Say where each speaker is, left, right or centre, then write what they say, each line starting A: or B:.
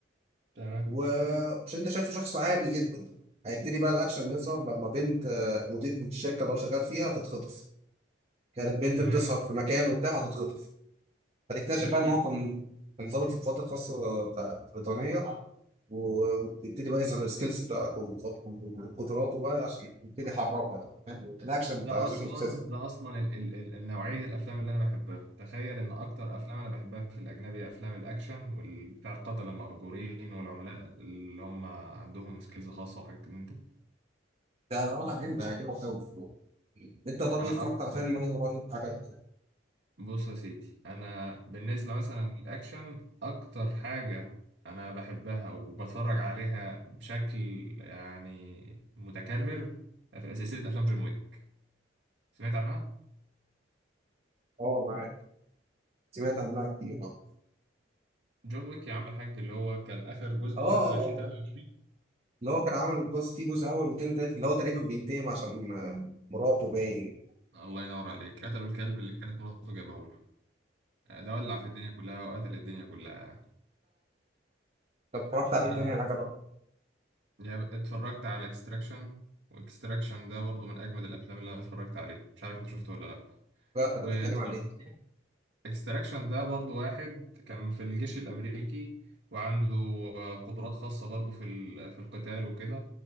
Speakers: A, on the right; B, on the right.
A: تمام
B: ومش أنت شايفه شخص عادي جدا هيبتدي بقى الأكشن يظهر لما بنت آه، مدير الشركة اللي هو شغال فيها هتتخطف كانت بنت
A: تمام
B: بتسهر في مكان وبتاع هتتخطف فتكتشف
A: جميل
B: بقى إن
A: جدا
B: هو كان كان ضابط في القوات الخاصة بتاع- البريطانية ويبتدي بقى يظهر السكيلز بتاعته وخط- وقدراته بقى عشان يبتدي يحررها طبعاً. الأكشن
A: ده
B: بتاع جيسون
A: اصلا
B: ستاثام
A: ده اصلا ال ال ال النوعيه الافلام اللي انا بحبها تخيل ان اكتر افلام انا بحبها في الاجنبي افلام الاكشن والبتاع القتله المأجورين والعملاء اللي هم عندهم سكيلز خاصه وحاجات من ده
B: ده ولا جامد هيعجبك أوي انت طب
A: انا
B: ايه اتفرجت
A: اكتر
B: على فيلم ايه قريب حاجه
A: بص يا سيدي انا بالنسبه مثلا للاكشن اكتر حاجه انا بحبها وبتفرج عليها بشكل يعني متكرر في سلسله افلام جون ويك سمعت عنها
B: اه معاك سمعت عنها كتير اه
A: جون ويك يا عم الحاج اللي هو كان اخر جزء
B: اه
A: فيه نزل 2023
B: اللي هو كان عامل جزء فيه جزء اول وتاني تالت اللي هو تقريبا بينتقم عشان آه، مراته باين
A: الله ينور عليك قتلوا الكلب اللي كانت مراته جابه له آه، ده ولع في الدنيا كلها وقتل الدنيا كلها يعني
B: طب اتفرجت عليه
A: آه،
B: تاني حاجه بقى
A: يا ب- اتفرجت على اكستراكشن واكستراكشن ده برضو من اجمد الافلام اللي انا اتفرجت عليها مش عارف انت شفته ولا لا
B: لا ده
A: واتفرجت
B: بيتكلم عن ايه
A: اكستراكشن ده برضو واحد كان في الجيش الامريكي وعنده آه، قدرات خاصه برضو في ال- في القتال وكده